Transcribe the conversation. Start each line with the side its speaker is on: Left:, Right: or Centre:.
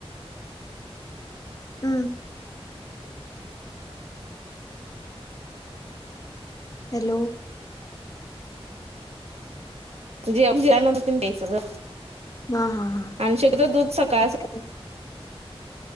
Left: हम्म. हॅलो.
Right: <unintelligible> तेन प्यायचं ग.
Left: हा हा हा
Right: आणि शक्यतो दूध सकाळच
Left: आता-